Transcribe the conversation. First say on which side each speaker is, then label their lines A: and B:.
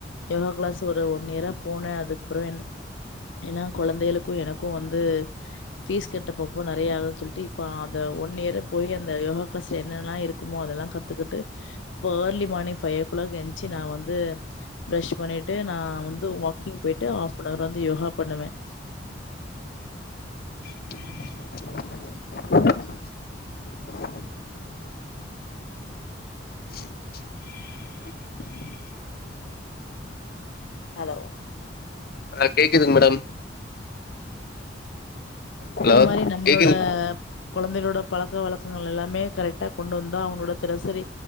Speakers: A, on the left (about 80°); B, on the left (about 55°).
A: யோகா கிளாஸ் ஒரு ஒன் இயரா போன அதுப்புறம் என் ஏன்னா குழந்தையளுக்கும் எனக்கும் வந்து பீஸ் கட்டப்போப நறைய ஆகுதுன்னு சொல்லிட்டு இப்ப அத ஒன் இயர் போய் அந்த யோகா பஸ்ட் என்னெல்லாம் இருக்குமோ அதெல்லாம் கத்துக்கிட்டு இப்பே early morning five o'clock என்சு நா வந் து பிரெஷ் பண்ணிட்டு நா வந் <unintelligible> க்கிங் போயிட்டு ஆஃப் நவர் வந்து யோகா பண்ணுவேன்
B: <inaudible> <inaudible>
A: ஹலோ
B: ஆஹ் கேக்குதுங் மேடம்
A: இது
B: ஹலோ
A: இதே மாதிரி நம்மளோட
B: கேக்குது
A: கெழந்தங்களோட பழக்க வழக்கங்கள் எல்லாமே கரெக்டா கொண்டு வந்தா அவங்களோட திரசரி